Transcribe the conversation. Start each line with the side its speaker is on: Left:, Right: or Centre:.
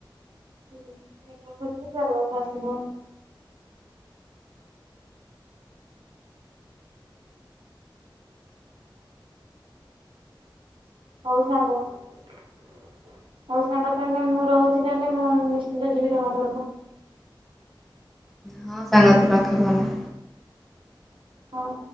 Right: ହୁଁ ମୁଁ ଏ ବର୍ଷ ଯିବି ତୁ ଆର ବର୍ଷ ଆସିବୁ। ହଉ ସାଙ୍ଗ ହଉ ସାଙ୍ଗ ତାହେଲେ ମୁଁ ରହୁଛି ତାହେଲେ ମୁଁ ନିଶ୍ଚିନ୍ତ ଯିବି ତମ ଘରକୁ।
Centre: ହଁ ସାଙ୍ଗ ତୁ ରଖ ଭଲ।
Right: ହଉ।